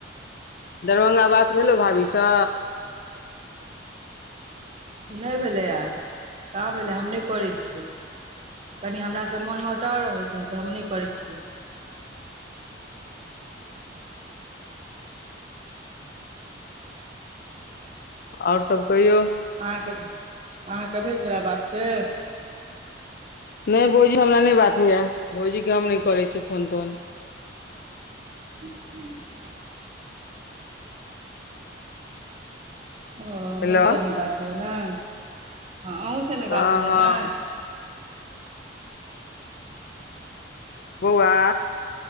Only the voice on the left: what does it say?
दरभंगा बात भेलौ भाबी स
और सब कहियौ।
नै भौजी हमरा नै बात होइयै भौजीे केँ हम नै करैत छियै फोन तोन।
हेलो
हँ
हँ
बौआ